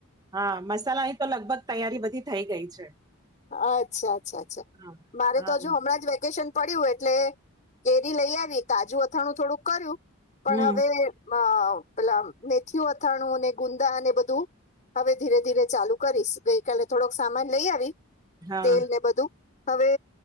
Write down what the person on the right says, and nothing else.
હા મસાલા. તો લગભગ તૈયારી બધી થઈ ગઈ છે.
હા
હા
હમ
હા